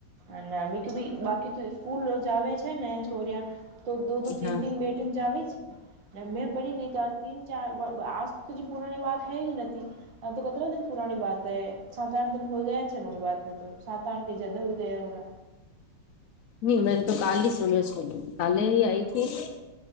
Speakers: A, on the right (about 80°); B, on the left (about 75°).
A: અનેમ ભી બાકી તો સ્કૂલ જ આવે છે ને છોરિયા. <unintelligible> <unintelligible> <unintelligible> <unintelligible> <unintelligible> તો દો દો તીન
B: હા
A: તીન બેટીને જ આવી છે મેં પડી ગય ત. <unintelligible> <unintelligible> તન ચાર આજ પુરાની વાત હ જ નથી. આ તો કેતલા દન પુરની બાત હૈ સાતઠ <unintelligible> હોય ગયા છે વાત ને તો સાતણ કે જદા હોઈ ગયા. <unintelligible>
B: નહી મે તો કાલ હ સુન્યા છો કાલે
A: હમ
B: હ
A: હમ
B: આઈ હતી. <unintelligible>